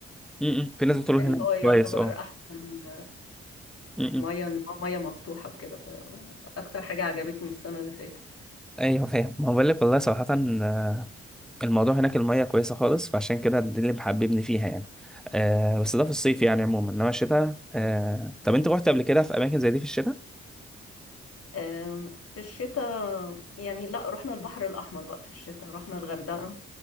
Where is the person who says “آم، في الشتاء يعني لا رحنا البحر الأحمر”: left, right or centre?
Left